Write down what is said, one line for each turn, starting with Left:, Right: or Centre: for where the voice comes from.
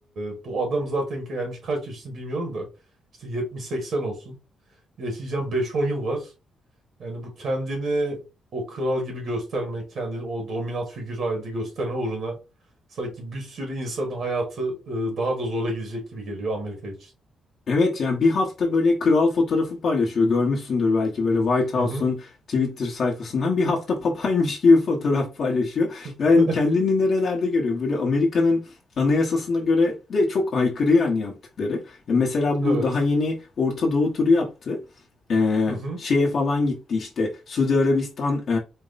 Right: e, bu adam zaten gelmiş kaç yaşını bilmiyorum da işte 70-80 olsun. Yaşayacağım beş-on yıl var. Yani bu kendini o kral gibi göstermek, kendini o dominant figür halinde gösterme uğruna sanki bir sürü insanın hayatı e, daha da zora gidecek gibi geliyor Amerika için.
Left: Evet yani bir hafta böyle kral fotoğrafı paylaşıyor. Görmüşsündür belki böyle White
Right: Hı
Left: House'un
Right: hı.
Left: Twitter sayfasından bir hafta papaymış gibi <laughs> fotoğraf paylaşıyor.
Right: <laughs>
Left: Yani kendini nerelerde görüyor? Böyle Amerika'nın anayasasına göre de çok aykırı yani yaptıkları. Ya mesela bu
Right: Evet.
Left: daha yeni Orta Doğu turu yaptı. Ee,
Right: Hı hı.
Left: şeye falan gitti işte Suudi Arabistan, e,